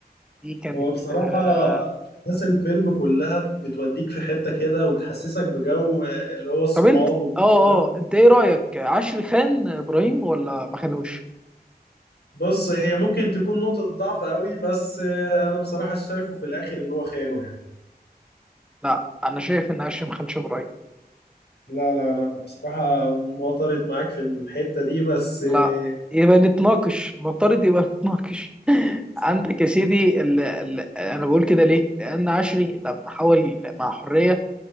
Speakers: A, in the centre; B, on the left.
A: دي كانت
B: هو بصراحة
A: آه،
B: أحداث الفيلم كلها بتوديك في حتة كده وبتحسسك بجو آه، اللي هو الصحاب
A: طب انت
B: والجو
A: اه
B: ده
A: اه انت ايه رأيك عشري خان ابراهيم ولا ما خانوش
B: بص هي ممكن تكون نقطة ضعف قوي بس آه، أنا بصراحة شايفه في الآخر إن هو خانه يعني
A: لا انا شايف ان عشري ما خانش ابراهيم
B: لا لا انا بصراحة معترض معاك في الحتة دي بس
A: لا
B: آه،
A: يبقى نتناقش المفترض يبقى نتناقش <laughs>
B: صح.
A: عندك يا سيدي ال... ال... انا بقول كده ليه لان عشري لما حاول مع حرية